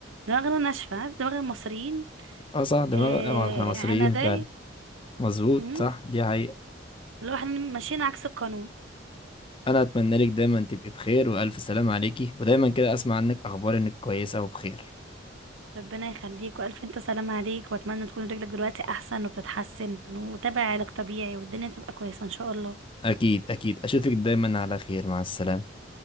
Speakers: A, on the right; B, on the left.
A: دماغنا ناشفة عارف دماغ المصريين
B: اه صح دماغ
A: آه
B: آه، احنا مصريين
A: عنادية
B: فعلا مظبوط
A: مم.
B: صح دي حقيقة
A: اللي هو احنا ماشيين عكس القانون
B: انا اتمنى لك دايما تبقي بخير والف سلامة عليكي ودايما كده اسمع عنك اخبار انك كويسة وبخير
A: ربنا يخليك والف انت سلام عليك واتمنى تكون رجلك دلوقتي احسن وبتتحسن وتابع علاج طبيعي والدنيا تبقى كويسة ان شاء الله
B: اكيد اكيد اشوفك دايما على خير مع السلامة